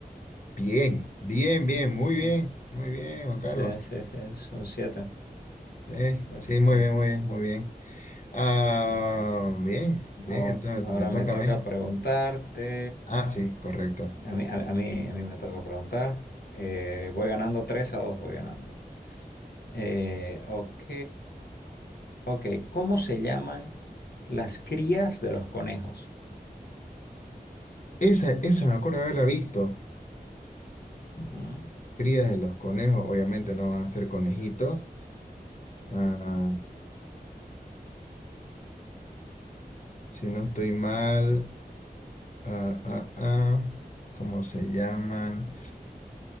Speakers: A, on the left (about 50°); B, on the left (about 80°).
A: Bien, bien, bien, muy
B: Bien.
A: bien, muy bien, Juan Carlos.
B: Sí, sí, sí, son siete.
A: Sí,
B: Perfecto.
A: sí, muy bien, muy bien, muy bien. Ah, bien, bien,
B: Aho-
A: entonces
B: Ahora
A: me toca
B: me toca
A: a mí.
B: preguntarte.
A: Ah, sí, correcto.
B: A mí, a, a mí, a mí me toca preguntar. Eh, voy ganando 3 a 2, voy ganando. Eh, ok. Ok, ¿cómo se llaman las crías de los conejos?
A: Esa, esa me acuerdo haberla visto.
B: Ujú.
A: crías de los conejos, obviamente no van a ser conejitos. Ah, si no estoy mal, ah, ah, ah, ¿cómo se llaman?